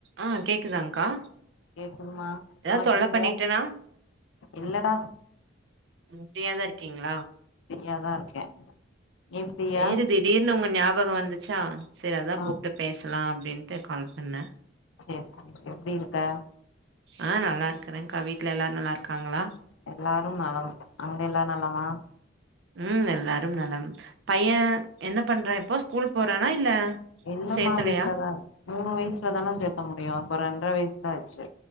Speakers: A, on the right; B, on the left.
A: ஆ கேக்குதாங்க்கா
B: கேக்குதுமா
A: ஏதாவது
B: உனக்கு
A: தொல்ல
B: கேக்குதா
A: பண்ணிட்டேனா
B: இல்லடா
A: ஃப்ரியாதா இருக்கீங்ளா
B: ஃப்ரியாதா இருக்கே நீ ஃப்ரீயா
A: சேரி திடீர் ன்னு உங்க ஞாபகோ வந்துச்சா சரி அதா
B: ஆ
A: கூப்ட்டு பேச்லா அப்டின்ட்டு கால் பண்ணே
B: சேரி சேரி எப்டி இருக்க
A: ஆ நல்லா இருக்கறேன்க்கா வீட்டு்ல எல்லாரு நல்லா இருக்காங்களா
B: எல்லாரும் நலம் அங்க எல்லா நலமா
A: ம் எல்லாரும் நலம் பையன் என்ன பண்றா இப்போ ஸ்கூல் போறானா இல்ல
B: இல்லமா
A: சேத்தலையா
B: வீட்லதா இருக் மூணு வயசுலதான சேர்த்த முடியு இப்போ ரெண்டர வயசு தா ஆச்சு